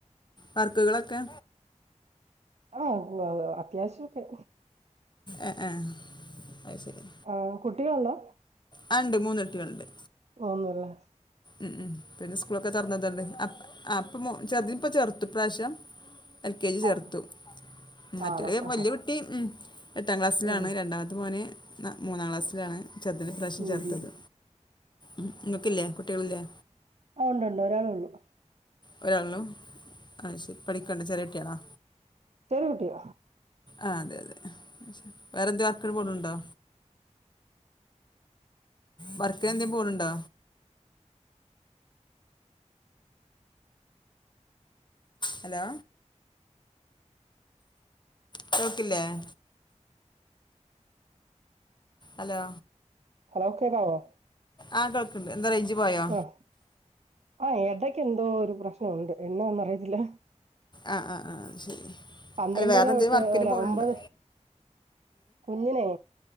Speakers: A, on the left; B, on the right.
A: വർക്കുകളൊക്കെ
B: ആഹ അത്യാവശ്യമൊക്കെ
A: ഏ ഏ അത് ശരി
B: ആ കുട്ടികളണ്ടോ
A: ആ ഉണ്ട് മൂന്ന് കുട്ടികളുണ്ട്
B: ഒന്നല്ലേ
A: ഉം ഉം പിന്നെ സ്കൂളൊക്കെ തറന്നട്ടണ്ട് ഇപ്പ ചെറുപ്പ ചെറുത്ത് പ്രാവശ്യം എൽ കെ ജി ചേർത്തു
B: ആ
A: മറ്റൊരു
B: ആണോ ആ
A: വല്യ കുട്ടി എട്ടാം ക്ലാസ്സിലാണ്
B: ഉം
A: രണ്ടാമത്തെ മോന് മൂന്നാം ക്ലാസ്സിലാണ് ചെർതട്ട പ്രാവശ്യം
B: ഉം
A: ചെർുത്തത്
B: ഉം
A: നിങ്ങക്കില്ലേ കുട്ടികളില്ലേ
B: ആ ഉണ്ടണ്ട് ഒരാളള്ളു
A: ഒരാളിനു ആ ശരി പഠിക്കണ്ട ചെറട്ടിയാണാ
B: ചെറ കുട്ടിയാ
A: ആ അതെ അതെ വേറെന്തോ ആർക്കരു പോലണ്ടോ വർക്ക എന്തേും പോണണ്ടോ ഹലോ ക്കല <unintelligible> അല്ല
B: ഹലോ കേക്കാവോ
A: ആഹ കേൾക്കണ്ട് എന്താ റേഞ്ച് പോയോ
B: ആഹ് ആഹ് എടയ്ക്ക് എന്തോ ഒരു പ്രശ്നമുണ്ട് എന്നാന്ന അറിയത്തില്ല
A: ആഹ ആഹ് ആഹ് ശരി
B: പന്ത്രണ്ടര
A: അല്ല വേറെ എന്തെേിലും
B: തൊട്ട്
A: വർക്കിന്
B: അല്ല
A: പോണണ്ടോ
B: ഒമ്പത് കുഞ്ഞിനെ